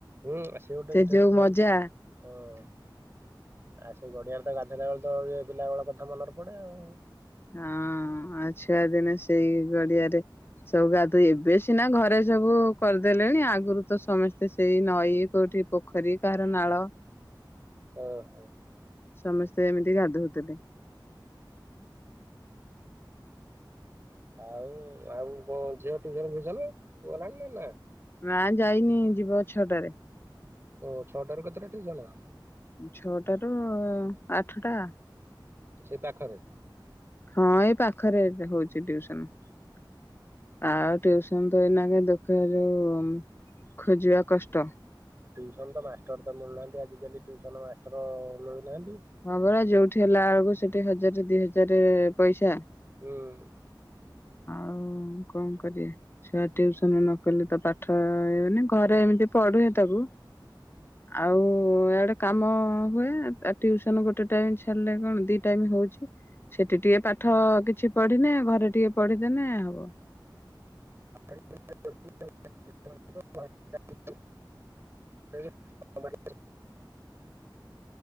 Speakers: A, on the right; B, on the left.
A: ହୁଁ ସେ ଗୋଟେ ଇଣ୍ଟଷ୍ଟ
B: ଯୋଉ
A: ଲାଗୁ
B: ମଜା
A: ହ ଆଉ ସେଇ ଗଡିଆରେ ତ ଗାଧୋଇଲା ବେଳେ ତ ଇଏ ପିଲା ବେଳ କଥା ମନରେ ପଡେ ଆଉ
B: ହଁ ଆଉ ଛୁଆ ଦିନ ସେଇ ଗଡିଆରେ ସବୁ ଗା ତୁ ଏବେ ସିନା ଘରେ ସବୁ କରିଦେଲେଣି ଆଗରୁ ତ ସମସ୍ତେ ସେଇ ନଈ କୋଉଠି ପୋଖରୀ କାହାର ନାଳ
A: ଓ
B: ସମସ୍ତେ ଏମିତି ଗାଧଉଥିଲେ
A: ଆଉ ଆଉ କଣ ଝିଅ ଟଉସନ ଫସନ କୁଲାଣି ନା ନା
B: ମା ଯାଇନି ଯିବ ଛଅଟାରେ
A: ଓ ଛଅଟ ର କେତେଟା ିକ ଜଣା
B: ଛଅଟ ରୁ ଆଠଟା
A: ସେ ପାଖରେ
B: ହଁ ଏଇ ପାଖରେ ହଉଛି ୁସନ ଆଉସନ ତ ଏଇନା ଦେଖ ଯୋଉ ଖୋଜିବା କଷ୍ଟ
A: ଟୁସନ ତ ମାଷ୍ଟର ତ ମିଳୁନାହାନ୍ତି ଆଜିିକାଲିୁସନ ମାଷ୍ଟର ମିଳୁନାହାନ୍ତି
B: ହଁ ପରା ଯୋଉଠି ହେଲା ବେଳକୁ ସେଠି ହଜାର ଦି ହଜାର ପଇସା।
A: ହୁଁ।
B: ଆଉ କଣ କରିଆ ଛୁଆ ଟଉସନ ନ କଲେ ତ ପାଠ ଇଏ ହବନି ଘରେ ଏମିତି ପଢୁଏ ତାକୁ। ଆଉ ଇଆଡେ କାମ ହୁଏ ଟ୍ୟୁସନ ଗୋଟେ ଟାଇମ୍ ଛାଡିଲେ କଣ ଦି ଟାଇମ୍ ହଉଛି। ସେଠି ଟିକେ ପାଠ କିଛି ପଢିନେ ଘରେ ଟିକେ ପଢିଦେନେ ହବ।
A: <inaudible> <inaudible>